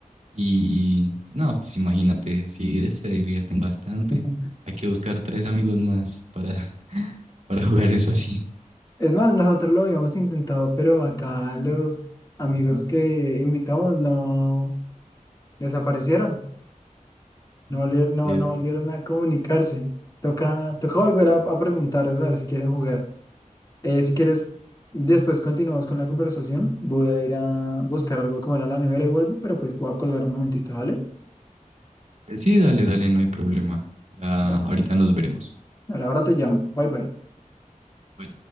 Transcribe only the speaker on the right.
y no, pues imagínate, sí se divierten bastante.
Hay que buscar tres amigos más para, <laughs> para jugar eso así,
¿cierto?
Sí, dale, dale, no hay problema. Ya
ahorita nos veremos.
Bye.